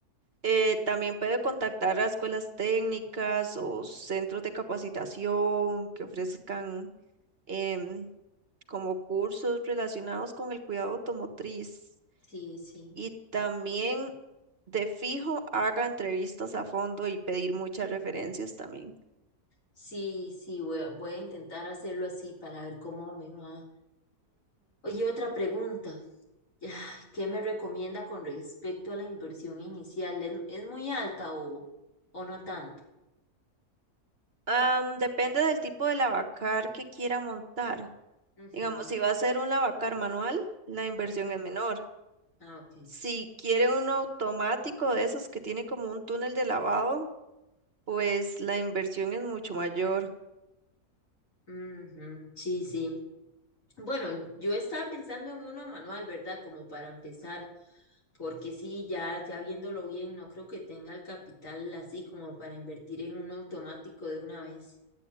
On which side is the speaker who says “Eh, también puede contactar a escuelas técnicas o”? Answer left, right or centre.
Right